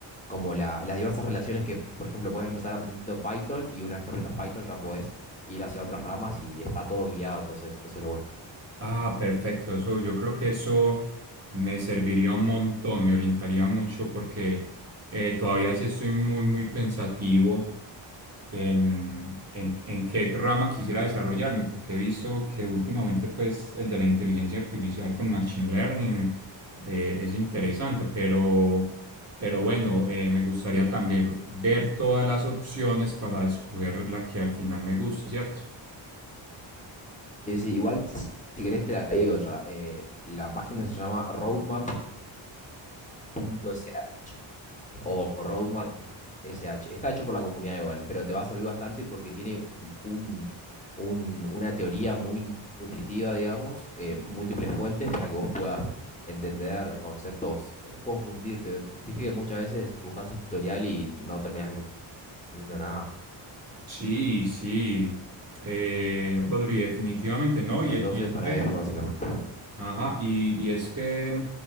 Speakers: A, on the left; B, on the right.
A: como la- las diversas relaciones que, por ejemplo, puedes empezar aprendiendo Python y una vez que aprendas Python ya puedes ir hacia otras ramas y está todo guiado, entonces eso es lo bueno.
B: Ah, perfecto. Eso, yo creo que eso me serviría un montón, me orientaría mucho porque eh, todavía sí estoy muy, muy pensativo en, en, en qué rama quisiera desarrollarme, porque he visto que últimamente pues el de la inteligencia artificial con machine learning eh, eh, es interesante, pero, pero bueno, eh, me gustaría también ver todas las opciones para escoger la que al final me guste, ¿cierto?
A: Sí, sí, igual si querés te la digo ya. eh, la página se llama Roadmap roadmap.sh o roadmap roadmap.sh. Está hecho por la comunidad igual pero te va a servir bastante porque tiene un, un- una teoría muy nutritiva, digamos, eh, múltiples fuentes para que vos puedas entender conceptos, eh, confundirte. Viste que muchas veces buscas un tutorial y no terminas entendiendo nada.
B: Sí, sí, eh, Rodri, definitivamente no, y
A: Entonces,
B: es, y es
A: para
B: que...
A: eso, básicamente.
B: Ajá, y, y es que